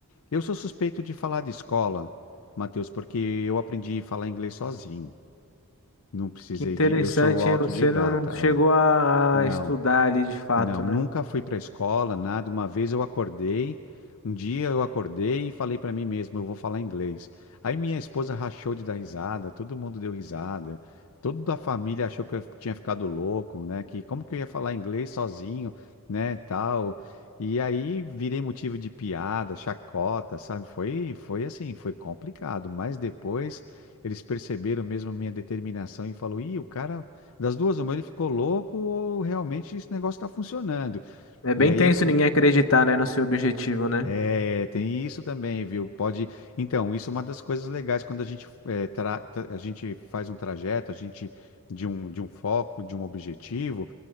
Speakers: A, on the left; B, on the left.
A: Eu sou suspeito de falar de escola, Matheus, porque eu aprendi a falar inglês sozinho. Não precisei
B: Que interessante,
A: de. Eu sou autodidata,
B: hein? Você não, não chegou
A: é.
B: a
A: Não.
B: a estudar ali de fato,
A: Não,
B: né?
A: nunca fui para a escola, nada. Uma vez eu acordei, um dia eu acordei e falei para mim mesmo, eu vou falar inglês. Aí minha esposa rachou de dar risada, todo mundo deu risada, toda a família achou que eu tinha ficado louco, né? Que como que eu ia falar inglês sozinho, né, tal. E aí virei motivo de piada, chacota, sabe? Foi, foi assim, foi complicado. Mas depois eles perceberam mesmo a minha determinação e falou, ih, o cara das duas, uma, ele ficou louco ou realmente esse negócio está funcionando.
B: É bem
A: E aí,
B: tenso
A: eu-
B: ninguém acreditar, né, no seu objetivo, né?
A: é, tem isso também, viu? Pode. Então, isso é uma das coisas legais quando a gente, é, tra- tra- a gente faz um trajeto, a gente de um, de um foco, de um objetivo.